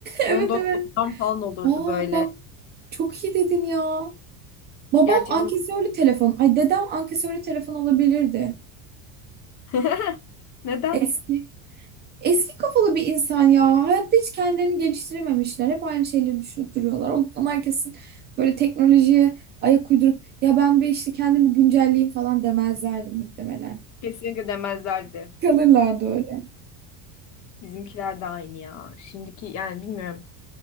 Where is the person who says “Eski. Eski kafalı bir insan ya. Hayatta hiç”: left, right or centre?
Right